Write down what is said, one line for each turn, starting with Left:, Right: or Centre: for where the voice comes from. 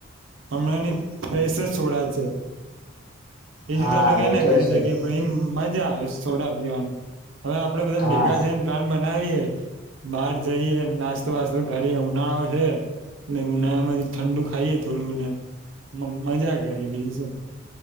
Right: હમણાં ની ફેશ છોડા છે. એ
Left: હા
Right: જુ આપડે કઈ
Left: એ
Right: નય
Left: તો
Right: કરી
Left: છે
Right: શકીએ, ભાઈ એમ. મજા આવે છોડા પીવાની. હવે આપડે બધા
Left: હા
Right: ભેગા થઈને પ્લાન બનાવીએે. બહાર જઈએ નાસ્તો વાસ્તો કરી ઉનાળો છે, એલે ઉનાળા માં ઠંડુ ખાઈએ થોડું ને મ મજા કરી બીજુ શું.